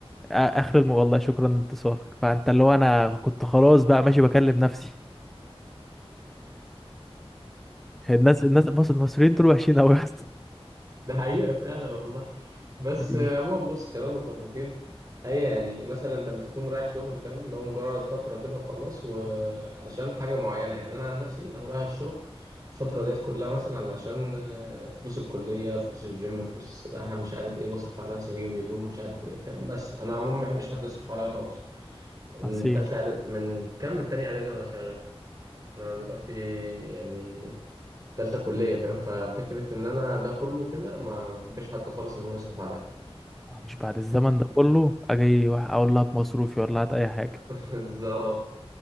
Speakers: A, in the centre; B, on the right.
A: اخر الم... والله شكرا لاتصالك فانت اللي هو انا كنت خلاص بقى ماشي بكلم نفسي الناس الناس بص المصريين دول وحشين قوي يا اسطى
B: ده حقيقة فعلا والله بس
A: دي
B: آه، عموما بص خلينا متفقين اي يعني مثلا انت بتكون رايح شغل فاهم اللي هو مجرد فتره كده وخلاص وعلشان حاجه معينه يعني انا عن نفسي انا رايح الشغل الفتره ديت كلها مثلا علشان آه، فلوس الكليه فلوس الجيم فلوس السباحه مش عارف ايه بصرف على نفسي اجيب هدوم مش عارف ايه فاهم بس انا عموما ما بحبش حد يصرف عليا خالص من
A: عصير
B: تالته اعدادي من كام من تاني اعدادي وانا شغال انا دلوقتي يعني تالتة كلية فاهم ففكرة إن أنا ده كله كده ما ما بحبش حد خالص إن هو يصرف عليا
A: مش بعد الزمن ده كله اجي واحد اقول لها بمصروفي ولا هات اي حاجه
B: بالظبط